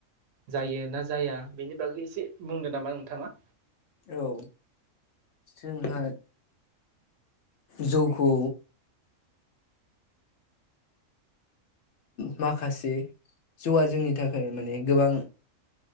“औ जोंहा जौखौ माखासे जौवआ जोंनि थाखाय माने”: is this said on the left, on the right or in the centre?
Left